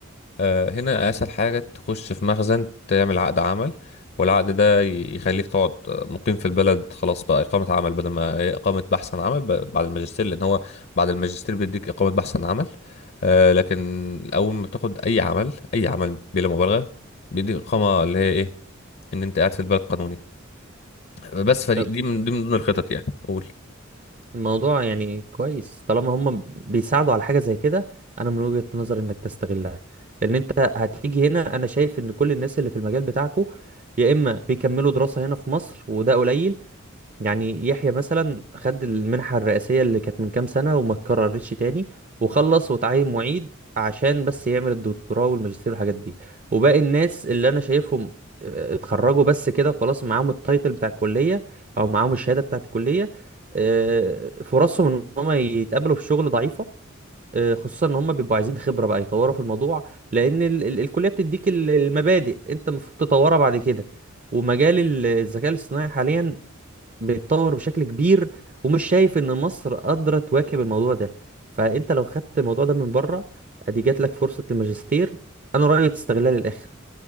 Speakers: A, on the left (about 50°); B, on the right (about 40°).
A: آه، هنا اسهل حاجه تخش في مخزن تعمل عقد عمل والعقد ده ي- يخليك تقعد مقيم في البلد خلاص بقى اقامه عمل بدل ما هي اقامه بحث عن عمل ب- بعد الماجستير لان هو بعد الماجستير بيديك اقامه بحث عن عمل آه، لكن اول ما بتاخد اي عمل اي عمل بلا مبالغه بيديك اقامه اللي هي ايه ان انت قاعد في البلد قانوني بس فدي
B: طب
A: دي من دي من ضمن الخطط يعني قول
B: الموضوع يعني كويس طالما هم بيساعدوا على حاجة زي كده انا من وجهة نظري انك تستغلها لان انت هتيجي هنا انا شايف ان كل الناس اللي في المجال بتاعكو يا اما بيكملوا دراسة هنا في مصر وده قليل يعني يحيى مثلا خد المنحة الرئاسية اللي كانت من كام سنة وما اتكررتش تاني وخلص وتعين معيد عشان بس يعمل الدكتوراه والماجستير والحاجات دي وباقي الناس اللي انا شايفهم آه، اتخرجوا بس كده وخلاص معاهم التايتل بتاع الكلية او معاهم الشهادة بتاعت الكلية آه، فرصهم ان هم يتقابلوا في شغل ضعيفة آه، خصوصا ان هم بيبقوا عايزين خبرة بقى يطوروا في الموضوع لان ال- ال- الكلية بتديك ال- المبادئ انت المفروض تطورها بعد كده ومجال الذكاء الاصطناعي حاليا بيتطور بشكل كبير ومش شايف ان مصر قادره تواكب الموضوع ده فانت لو خدت الموضوع ده من بره ادي جات لك فرصه الماجستير انا رايي تستغلها للاخر